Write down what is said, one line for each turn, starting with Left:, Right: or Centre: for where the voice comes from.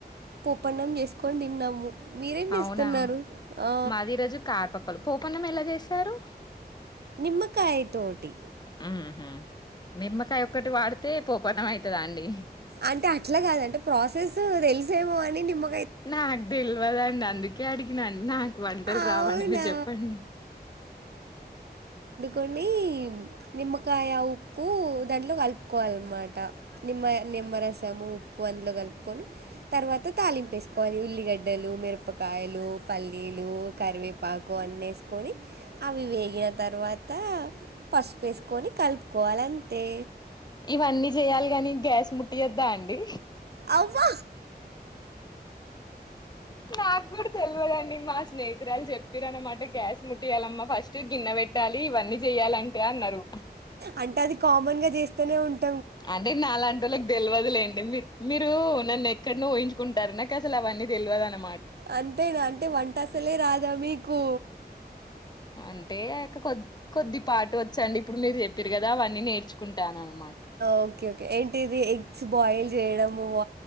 Right: పోపన్నం చేసుకొని తిన్నాము మీరేం
Left: అవునా
Right: చేస్తున్నారు ఆ
Left: మాది ఈరోజు కాతప్పలు పోపన్నం ఎలా చేశారు
Right: నిమ్మకాయ తోటి
Left: ఉహుమ్ నిమ్మకాయ ఒక్కటి వాడితే పోపనం అయితదా అండి
Right: అంటే అట్లా కాద అంటే ప్రాసెస్ తెలిసేమో అని నిమ్మ
Left: నాకు తెల్వదండి అందుకే అడిగిన నాకు వంటలు
Right: అవునా
Left: రావండి మీరు చెప్పండి
Right: కొని నిమ్మకాయ ఉప్పు దాంట్లో కలుపుకోవాలన్నమాట నిమ్మ నిమ్మరసం ఉప్పు అందులో కలుపుకొని తర్వాత తాలింపు వేసుకోవాలి ఉల్లిగడ్డలు మిరపకాయలు పల్లీలు కరివేపాకు అన్న వేసుకొని అవి వేగిన తర్వాత పసుపేసుకొని కలుపుకోవాలి అంతే
Left: ఇవన్నీ చేయాలి ని గ్యాస్ ముట్టియద్దు అండి
Right: అవున
Left: నాకు కూడా తెలియదండి మా స్నేహితురాలు చెప్పపిదీ పత్తర అనమాట గ్యాస్ ముట్టియాలమ్మా ఫస్ట్ గిన్నె పెట్టాలి ఇవన్నీ చెయాలంటే అన్నారు
Right: అంటే అది కామన్ గా చేస్తూనే ఉంటంది
Left: అంటే నాలాంటలకు తెెలివదులేండి మీ మీరు నన్ను ఇక్కడ పోహంచుకుంటారు నా అస అవన్నీ తెలియదనమాట
Right: అంతేనా అంటే వంట అసలే రాదా మీకు
Left: అంటే ఆయొక్క కొద కొద్ది పాటు వచ్చండి ఇప్పుడు మీరు చెప్పారు కదా అవన్నీ నేర్చుకుంటానండి
Right: ఓకే ఓకే ఏంటి ఇది ఎగ్స్ బాయిల్ చేయడంము